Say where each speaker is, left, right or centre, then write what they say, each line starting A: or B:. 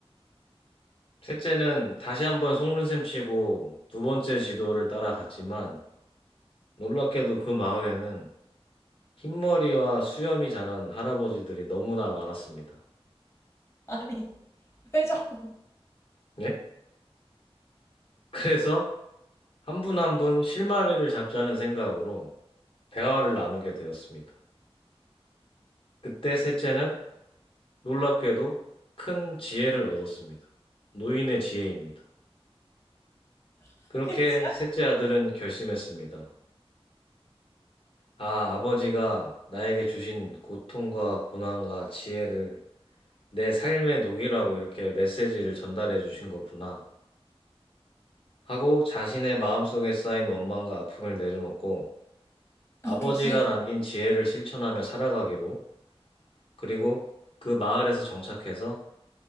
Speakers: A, on the left; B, on the left.
A: 셋째는 다시 한번 속는셈 치고 두 번째 지도를 따라갔지만 놀랍게도 그 마을에는 흰머리와 수염이 자란 할아버지들이 너무나 많았습니다.
B: 아니, 회장,
A: 예? 그래서 한 분 한 분 실마리를 잡자는 생각으로 대화를 나누게 되었습니다. 그때 셋째는 놀랍게도 큰 지혜를 얻었습니다. 노인의 지혜입니다.
B: <laughs>
A: 그렇게
B: 끝이야?
A: 셋째 아들은 결심했습니다. 아, 아버지가 나에게 주신 고통과 고난과 지혜를 내 삶의 녹이라고 이렇게 메시지를 전달해 주신 거구나. 하고 자신의 마음속에 쌓인 원망과 아픔을 내려놓고 아버지가
B: 어, 그 길어.
A: 남긴 지혜를 실천하며 살아가기로 그리고 그 마을에서 정착해서